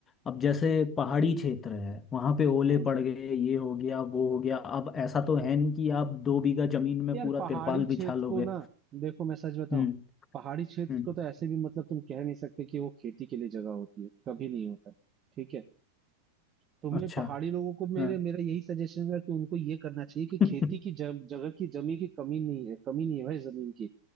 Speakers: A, on the left; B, on the right.
A: अब जैसे पहाड़ी क्षेत्र है वहाँ पे ओले
B: हम्म
A: पड़ गए ये हो गया वो हो गया अब ऐसा तो है नहीं कि आप दो बीघा जमीन में
B: यार
A: पूरा
B: पहाड़ी
A: तिरपाल
B: क्षेत्र
A: बिछा लोगे
B: को ना देखो मैं सच बताऊं
A: हम्म
B: पहाड़ी क्षेत्र
A: हम्म
B: को तो ऐसे भी मतलब तुम कह नहीं सकते कि वो खेती के लिए जगह होती है कभी नहीं होता ठीक है तुम्हें
A: अच्छा
B: पहाड़ी लोगों को मेरे
A: हाँ
B: मेरा यही सजेशन है कि उनको ये करना चाहिए कि
A: <laughs>
B: खेती की जग, जगह की जमी की कमी नहीं है कमी नहीं है भाई जमीन की